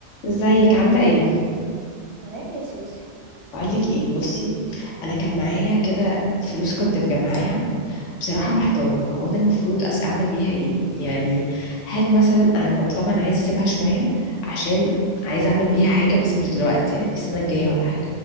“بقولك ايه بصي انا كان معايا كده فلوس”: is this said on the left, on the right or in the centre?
Left